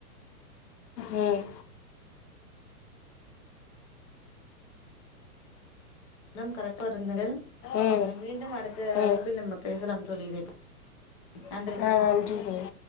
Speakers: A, on the left (about 85°); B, on the left (about 20°).
A: உம்
B: ரம் கரெக்டா இருந்துங்கள்
A: ம்
B: மீண்டும் அடுத்த
A: ம்
B: அழைப்பில் நம்ம பேசலாம் தோழி இதை ப நன்றி
A: அ நன்றி தோழி